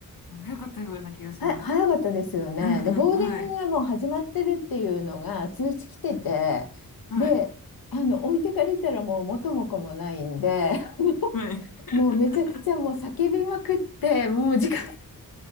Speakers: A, on the left; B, on the left.
A: 早かったような気がします。
B: は、早かったですよね。
A: うんうんはい。
B: で、ボーディングがもう始まってるっていうのが通知来てて、
A: はい。はい。
B: で、あの、置いてかれたらもう元も子もないんで、あの
A: はい。
B: もうめちゃくちゃもう叫びまくって、
A: <laughs>
B: もう時間がっ